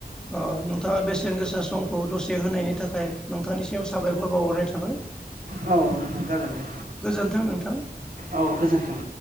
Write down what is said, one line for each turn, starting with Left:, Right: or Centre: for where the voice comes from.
Centre: अ नोंथाङा बेसेन गोसा समखौ दसे होनायनि थाखाय नोंथांनिसिम साबायखर बावहरनाय थाबाय
Right: औ नोंथां जागोन दे
Centre: गोजोनथों नोंथां
Right: औ गोजोन्थों